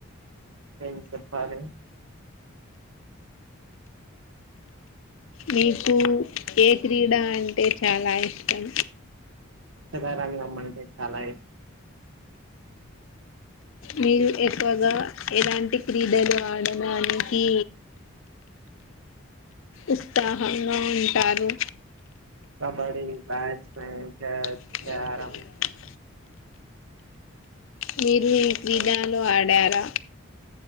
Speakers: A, on the right; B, on the left.
A: ఏం చెప్పాలి
B: మీకు ఏ క్రీడ అంటే చాలా ఇష్టం
A: చదారంగ అంటే చాలా ఇష్టం
B: మీరు ఎక్కువగా ఎలాంటి క్రీడలు ఆడడానికి ఉత్సాహంగా ఉంటారు
A: కబడ్డీ బ్యాట్స్మెన్ చెస్
B: ఇ
A: క్యారం
B: మీరు ఏ
A: ఖోఖో
B: క్రీడాలో ఆడారా